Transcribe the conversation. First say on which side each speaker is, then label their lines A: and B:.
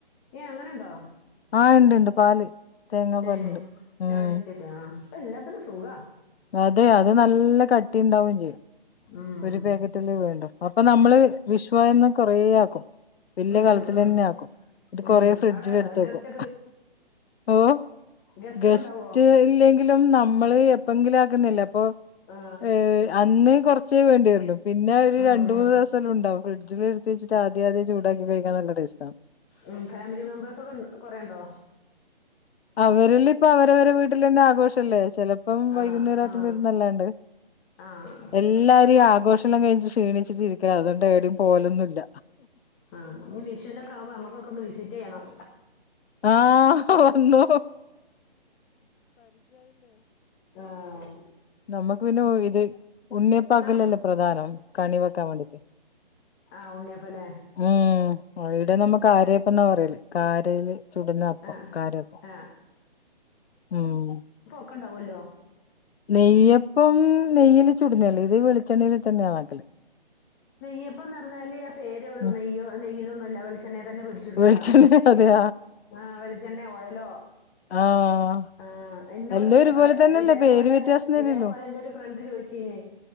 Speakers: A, on the left (about 20°); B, on the left (about 75°).
A: ഏ അങ്ങനെണ്ടോ
B: ആഹ് ഉണ്ട്ണ്ട് പാല് തേങ്ങാ
A: ഏ
B: പാലുണ്ട് ഉം
A: അയ് ശരിയാ അപ്പ എല്ലാത്തിനും സുഖ
B: അതെ അത് നല്ല കട്ടി ഉണ്ടാവുകയും ചെയ്യും
A: ഉം
B: ഒരു പാകറ്റ് വേണ്ടു അപ്പൊ നമ്മള് വിഷ്വന്ന് കൊറേ ആക്കും വല്യയ
A: ഉം
B: കാലത്തിന്നെ
A: ഉം ഉം
B: ആക്കും എന്നിട്ട്
A: ഉം
B: കൊറേ ഫ്രിഡ്ജിൽ
A: അവിടെ
B: എടുത്ത്
A: ഗസ്റ്റ്
B: വക്കും ഓ
A: ഗെസ്റ്റ്
B: ഗസ്റ്റ്
A: ഒക്കെ ഉണ്ടാവുവോ
B: ഇല്ലെങ്കിലും നമ്മള് എപ്പോെങ്കിലും ആക്കുന്നില്ല അപ്പൊ
A: ആ
B: ഏഹ് അന്ന് കുറച്ചേ വേണ്ടിവ രുള്ളൂ പിന്നെ ഒരു
A: ഉം
B: രണ്ട്
A: ഉം
B: മൂന്ന് ദിവസം ഉണ്ടാവും ഫ്രിഡ്ജില് എത്ച്ചിട്ട് ആദ്യ ആദ്യം ചൂടാക്കി കഴിക്കാ നല്ലടേസ്റ്റണ്
A: ഉം ഫാമിലി മെമ്പേഴ്സ് ഒക്കെ കൊറേ ഉണ്ടോ
B: അവരില് ഇപ്പ അവരവരുടെ വീട്ടിൽ തന്നെ ആഘോഷല്ലേ ചിലപ്പം വൈകുന്നേരം
A: ആ
B: റ്റ
A: ആ
B: വിരുന്നല്ലാണ്ട്
A: ആ
B: എല്ലാരും
A: ആ
B: ആഘോഷണം കഴിഞ്ഞിട്ട് ക്ഷീണിച്ചിട്ട ഇരിക്ക അതണ്ട് എടയും പോവ ലൊന്നുമില്ല
A: ആഹ് നീ വിഷുനൊക്കെ ആവുമ്പോ നമ്മക്കൊക്കെ ഒന്ന് വിസിറ്റ് ചെയ്യണം
B: ആഹ് വന്നോ
A: ആഹ്
B: നമുക്ക് പിന്നെ ഇത് ഉണ്ണിയപ്പാക്കലല്ലേ
A: നം
B: പ്രധാനം കണി വെക്കാൻ വേണ്ടീട്ട്
A: ആഹ് ഉണ്ണിയപ്പലെ
B: ഉം ഇവിടെ നമ്മുക്ക് ആരപ്പന്നാ പറയല് കാരല് ചുടുന്ന അപ്പം
A: ആ
B: കാരപ്പം
A: ആ
B: ഉം
A: ഒക്കെണ്ടാവുമല്ലോ
B: നെയ്യപ്പം നെയ്യില് ചുടന്ന തല്ലോ ഇത് വെളിച്ചെണ്ണയിൽ തന്നെയാ ന ന്നാക്കല്
A: നെയ്യപ്പന്ന് പറഞ്ഞാല്ത്ത പേ ര്ഉള്ളൂ
B: ഉം
A: നെയ്യ നെയയിലൊന്നുംല്ല വെളിച്ചണ്യ തന്നെ പൊരി ടുക്ക
B: വെളിച്ചെണ്ണ അതെയ
A: ആ വെളിച്ചെണ്ണോ ഓയലോ
B: ആഹ്
A: ആഹ് എന്നോട്
B: എല്ലാം
A: ഇതേ
B: ഒരുപോലെ തന്നെയല്ലേ
A: ഇതേപോലെ
B: പേര് വ്യത്യാസം തന്നെയള്ളൂ
A: ഇതേപോലെ എന്റെ ഒരു ഫ്രണ്ട് ചോദിച്ചനേ